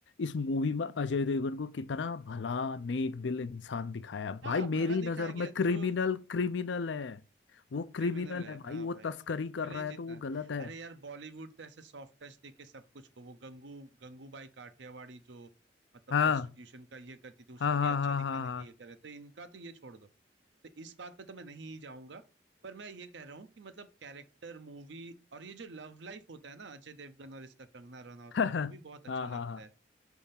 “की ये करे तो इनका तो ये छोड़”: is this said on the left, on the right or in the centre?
Right